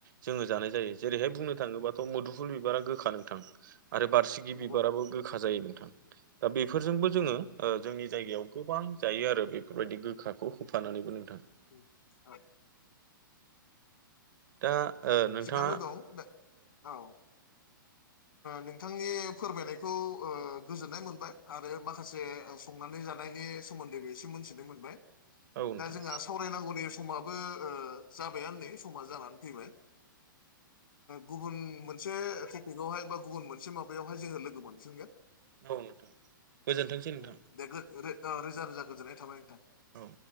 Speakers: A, on the right (about 60°); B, on the left (about 80°).
A: जोङो जानाय जायो जेरैाय
B: उम
A: बुंनो थाङोब्लााथ' मुफुल बिबारा गोखा नोंथां आरो बारसिगि
B: नंगौ
A: बिबाराबो
B: नंगौ
A: गोखा रोखा जायो नोंथां दा बेफोरजोंबो
B: उम नंगौ
A: जोङो।
B: नंगौ
A: जोंनि जायगायाव गोबां जायो आरो बेफोरबायदि गोखाखौ होफानानैबो नोंथां।
B: औ।
A: दा ओ नोंथाङा
B: सिगांनो दं औ। नोंथांनि फोरमायनायखौ गोजोननाय मोनबाय आरो माखासे संनानै जानायनि सोमोन्दैबो एसे मोनथिनाय मोनबाय
A: औ नोंथां
B: दा जोंहा सावरायनांगौनि समाबो जाबायानो नै समा जानानै फैबाय। गुबुन मोनसे बेगावहाय बा गुबुन मोनसे माबायावहाय जोङो लोगो मोनफिनगोन।
A: औ नोंथां गोजोनथोंसै नोंथां।
B: उम दे रोजा रोजा गोजोन्नाय थाबाय नोंथां।
A: औ।